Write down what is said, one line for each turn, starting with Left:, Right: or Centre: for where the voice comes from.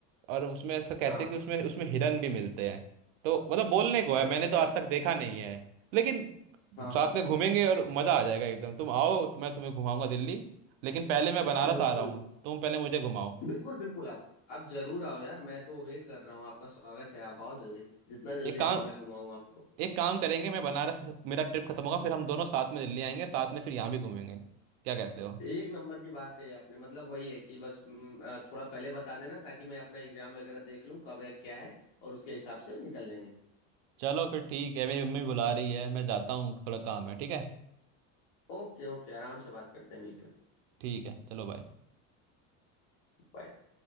Right: और उसमें ऐसा कहते
Left: हाँ
Right: हैं कि उसमें उसमें हिरन भी मिलते हैं तो मतलब बोलने को है
Left: अच्छा
Right: मैंने तो आज तक देखा नहीं है लेकिन
Left: हाँ हाँ
Right: साथ में
Left: ठीक
Right: घूमेंगे और मजा आ जाएगा एकदम तुम आओ तो मैं तुम्हें घुमाऊंगा दिल्ली लेकिन पहले मैं बनारस
Left: बिल्कुल
Right: आ रहा हूँ तुम पहले मुझे घुमाओ
Left: बिल्कुल बिल्कुल आप आप जरूर आओ यार मैं तो वेट कर रहा हूँ आपका स्वागत है आप आओ जल्दी जितना जल्दी
Right: एक काम
Left: आओ मैं घुमाऊँ आपको
Right: एक काम करेंगे मैं बनारस मेरा ट्रिप खत्म होगा फिर हम दोनों साथ में दिल्ली आएंगे साथ में फिर यहाँ भी घूमेंगे क्या कहते हो
Left: एक नंबर की बात कही आपने मतलब वही है कि बस हम्म, अ, थोड़ा पहले बता देना ताकि मैं अपना एग्जाम वगैरह देख लूं कब है क्या है और उसके हिसाब से निकल लेंगे
Right: चलो फिर ठीक है मेरी मम्मी बुला रही है मैं जाता हूँ थोड़ा काम है ठीक है
Left: ओके ओके आराम से बात करते हैं मिलकर
Right: ठीक है चलो बाय
Left: बाय